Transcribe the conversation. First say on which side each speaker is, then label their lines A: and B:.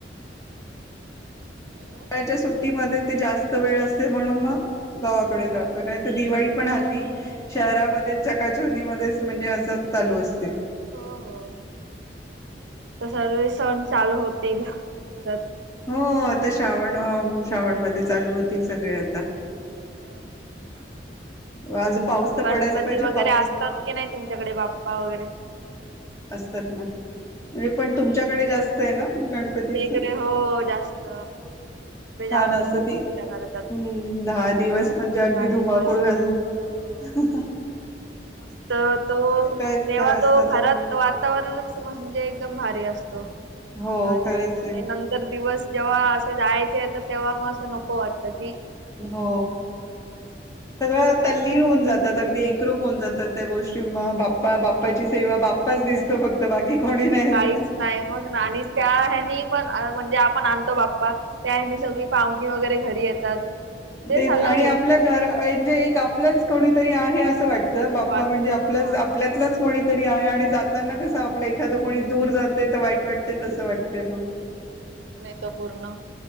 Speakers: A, on the right (about 80°); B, on the left (about 20°).
A: हॅलो
B: शळच्या <unintelligible> सुट्टीमध्ये जास्त वेळ असे म्हणून मग गावाकडे जातो नाही तर दिवाळी पण हल्ली शहरामध्ये ते चकाच हंदी मध्येच म्हणजे असं चालू असते
A: हो हो आता सगळे सण चालू होतील परत
B: हो आता श्रावण श्रावणमध्येध्ये चालू होतील सगळे आता
A: सवच चालू
B: आज पाऊस तर
A: गणपती
B: पडायला पाहिजे
A: वगैरे
B: पाऊस
A: असतात की नाही तुमच्याकडे बाप्पा वगैरे
B: म्हणे पण तुमच्याकडे जास्त आहे ना गणपतीच
A: आच्या इकडे हो जास्त जा
B: छान
A: भरपूर
B: असत ती
A: मज्जा
B: हम्म
A: करतात
B: दहा दिवस म्हणजे
A: दहा
B: अगदी
A: दिवस.
B: धुमाकूळ घाल
A: हो
B: ह <unintelligible>
A: मस्त तो
B: काय
A: तेव्हा
B: काय असत
A: तो
B: तुम्ही
A: घरात वातावरणच म्हणजे एकदम भारी असतो दहा
B: हो
A: दिवस
B: खरंच
A: ते
B: आहे
A: नंतर दिवस जेव्हा असे जायचे तर तेव्हा मग असं नको वाटतं की
B: हो
A: ह <inaudible>
B: सगळं तल्लीन होऊन जातात अगदी एकरूप होऊन जातात त्या गोष्टी मग बाप्पा बाप्पाची सेवा बा बा्पच दिसतो फक्त बाकी कोणी नाहीत
A: काहीच
B: ना
A: नाही मगच त्या ह्यांनी पण म्हणजे आपण आणतो बाप्पा त्या सगळी पाहुणी वगैरे घरी येतात म्हणजे
B: तेच
A: सगळ्या
B: आणि
A: गोष्टी
B: आपल्या घर म्हणजे आपलच कोणीतरी आहे असं वाटत बाप्पा
A: वाटत
B: म्हणजे
A: हा
B: आपल्यातलाच कोणी तरी आहे आणि जातना कस आपलं एखाद कोणी दूर जाते
A: हा
B: तर वाईट वाटते तसं वाटते मग
A: महवपूर्ण